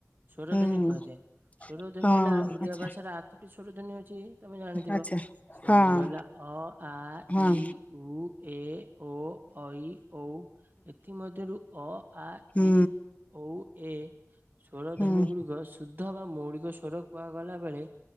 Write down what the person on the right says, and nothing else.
ସ୍ୱରଧ୍ୱନି
କୁହାଯାଏ। ସ୍ୱରଧ୍ୱନି
ହେଲା ଓଡିଆ
ଭାଷାର ଆଠଟି ସ୍ୱରଧ୍ୱନି ଅଛି। ତମେ ଜାଣିଥିବ
ସେଗୁଡିକ
ହେଲା ଅ, ଆ,
ଇ, ଉ, ଏ ଓ ଐ, ଔ, ଏଥିମଧ୍ୟରୁ ଅ, ଆ,
ଇ ଔ ଏ ସ୍ଵର
ଧନୀ ଗୁଡିକ ଶୁଦ୍ଧ ବା ମୌଳିକ ସ୍ଵର କୁହାଗଲା ବେଳେ